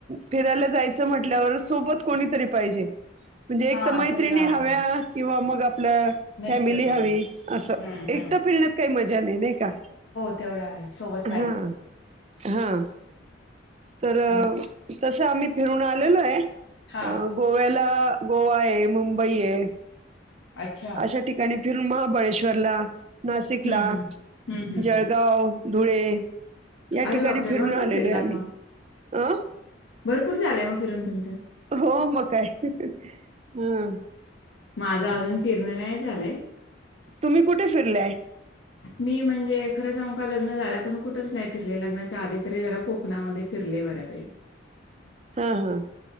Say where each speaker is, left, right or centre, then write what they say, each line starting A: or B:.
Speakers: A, on the right; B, on the left.
A: फिरायला जायचं म्हटल्यावर सोबत कोणीतरी पाहिजे. म्हणजे एक
B: हां
A: तर मैत्रिणी
B: तेवढं आहे
A: हव्या किंवा मग आपल्
B: मिस्टर
A: फॅमिली
B: वगैरे
A: हवी असं.
B: हं
A: एकटं
B: हं
A: फिरण्यात काही मजा नई, नई का?
B: तेवढा आहे. सोबत
A: हा,
B: पाहिजे
A: हा. तर
B: आणि
A: तस आम्ही फिरून आलेलोय
B: हां
A: गोव्याला. गोवा आहे, मुंबई आहे.
B: अच्छा.
A: अशा ठिकाणी फिरून महाबळेश्वरला, नाशिकला,
B: हं हं हं हं
A: जळगाव.
B: हं
A: धुळे, या
B: अरे
A: ठिकाणी
B: बापरे!
A: फिरून
B: भरपूर
A: आलेलो
B: फिरलात
A: आहे आम्ही
B: मग
A: अं.
B: भरपूर झालंय मग फिरून तुमचं?
A: हो म काय हम्म.
B: माझं अजून फिरणं नाही झालंय.
A: तुम्ही कुठे फिरलाय?
B: मी म्हणजे खरं सांगू का लग्न झाल्यापासून कुठच नाही फिरले. लग्नाच्या आधी तरी जरा कोकणामध्ये फिरले. <unintelligible>
A: हा हा